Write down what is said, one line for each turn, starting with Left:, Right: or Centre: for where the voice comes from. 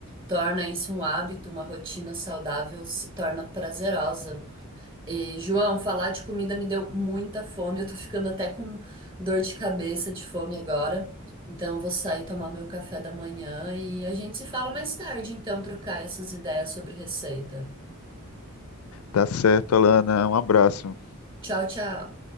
Right: torna isso um hábito, uma rotina saudável, se torna prazerosa. E, João, falar de comida me deu muita fome. Eu tô ficando até com dor de cabeça de fome agora. Então, eu vou sair tomar meu café da manhã e a gente se fala mais tarde, então, trocar essas ideias sobre receita.
Left: Tá certo, Alana, um abraço.
Right: Tchau, tchau.